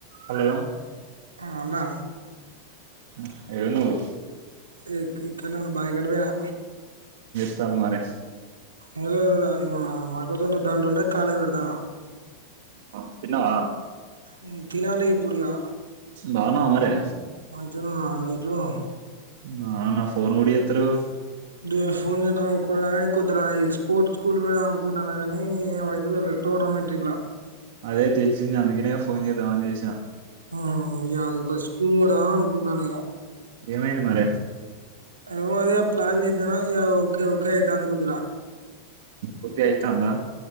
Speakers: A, on the right (about 55°); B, on the right (about 75°).
A: Hello
B: హా అన్న
A: హ్ ఏడున్నావ్
B: ఏ ఇక ఇక్కనే ఉన్న బాయిగాడ్ నువ్వు యా
A: త్తాళ్లు మారే
B: ఎనిమిది రోజులు ఇలా ఇది మొన మొక్కజొన్న దాంటో ఉంటే కాలేది పెడుతన
A: ఆ తిన్నావా
B: హ్మ్ తినాలి ఇప్పుడు ఇగ
A: బాగున్నావా మరే
B: మంచిగానే ఉన్న నువ్వు ఎట్లున్నావ్
A: మ్మ్ ఆ నా ఫోన్ కూడా ఎత్తలేవ్.
B: దే ఫోన్ చేద్దాం అనుకుంటాన గాని కొద్దిర ఈ స్పోర్ట్స్ స్కూల్ పెడదాం అనుకుంటున్న గాని ఈ ఏమైతదో తెల్వదు టోర్నమెంట్ ఇట్లా
A: అదే తెలిసింది అందుకనే ఫోన్ చేద్దామని చేసిన
B: ఊ ఒక స్కూల్ పెడదాం అనుకుంటానా ఇగ
A: ఏమైంది మరే
B: అ అదే ప్లాన్ చేద్దామా ఇగ ఓకే ఓకే అయితాంది పొద్దున
A: కుట్టి అయితాందా